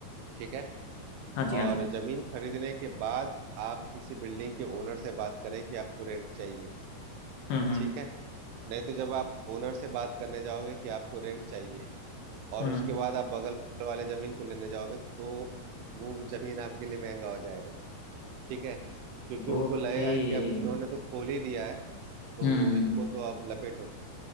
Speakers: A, on the right; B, on the left.
A: ठीक है
B: हाँ जी हाँ
A: और
B: जी
A: जमीन खरीदने के बाद आप किसी बिल्डिंग के ओनर से बात करें कि आपको रेंट चाहिए
B: हम्म हम्म
A: ठीक है नहीं तो जब आप ओनर से बात करने जाओगे कि आपको रेंट चाहिए और
B: हम्म
A: उसके बाद आप बगल वाले जमीन को लेने जाओगे तो वो जमीन आपके लिए महंगा हो जाएगा ठीक है क्योंकि
B: ओके
A: उनको लगेगा कि अब इन्होंने तो खोल ही दिया है तो
B: हम्म
A: इनको तो अब लपेटो